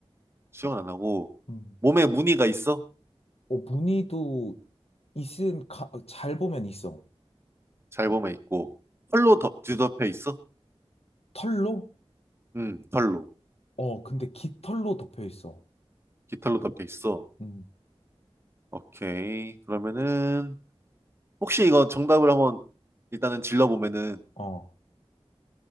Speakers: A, on the right; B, on the left.
A: 수영은 안 하고
B: 음.
A: 몸에 무늬가 있어?
B: 어, 무늬도 있음, 가, 잘 보면 있어.
A: 잘 보면 있고 털로 덮- 뒤덮여 있어?
B: 털로?
A: 음, 털로
B: 어, 근데 깃털로 덮여 있어.
A: 깃털로 덮여 있어.
B: 음.
A: 오케이. 그러면은 혹시 이거 정답을 한번 일단은 질러 보면은
B: 어,